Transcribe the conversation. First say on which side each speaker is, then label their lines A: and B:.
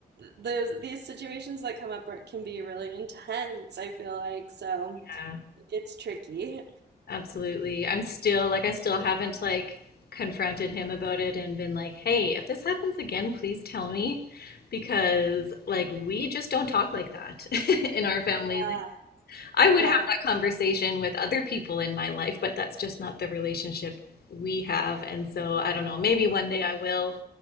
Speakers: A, on the right (about 85°); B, on the left (about 70°).
A: those these situations that come up are, can be really intense, I feel like. So
B: yeah.
A: it's tricky.
B: Absolutely. I'm still like I still haven't like confronted him about it and been like, "Hey, if this happens again, please tell me." Because like we just don't talk like that <laughs> in our family.
A: Yeah.
B: Like, I would
A: yeah,
B: have that conversation with other people in my life, but that's just not the relationship we have. And so I don't know, maybe one day I will,